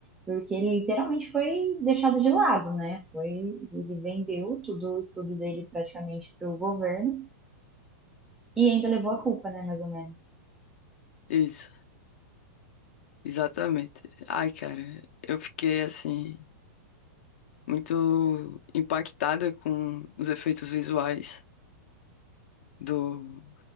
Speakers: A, in the centre; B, on the left.
A: porque ele literalmente foi deixado de lado, né? Foi, ele vendeu tudo o estudo dele praticamente para o governo e ainda levou a culpa, né, mais ou menos.
B: Isso, exatamente. Ai, cara, eu fiquei assim. muito impactada com os efeitos visuais do,